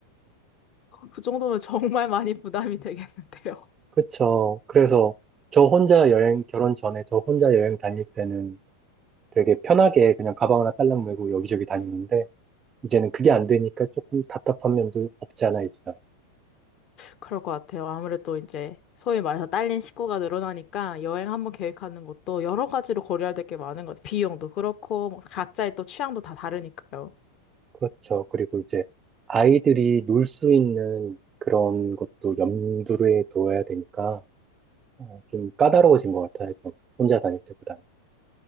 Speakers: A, on the left; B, on the right.
A: 그 정도면 정말 많이 부담이 되겠는데요.
B: 그렇죠. 그래서 저 혼자 여행 결혼 전에 저 혼자 여행 다닐 때는 되게 편하게 그냥 가방 하나 딸랑 메고 여기저기 다니는데 이제는 그게 안 되니까 조금 답답한 면도 없지 않아 있어요.
A: 그럴 것 같아요. 아무래도 이제 소위 말해서 딸린 식구가 늘어나니까 여행 한 번 계획하는 것도 여러 가지로 고려해야 될 게 많은 것 같아요. 비용도 그렇고 뭐 각자의 또 취향도 다 다르니까요.
B: 그렇죠. 그리고 이제 아이들이 놀 수 있는 그런 것도 염두에 둬야 되니까 어, 좀 까다로워진 것 같아요. 좀 혼자 다닐 때보다는.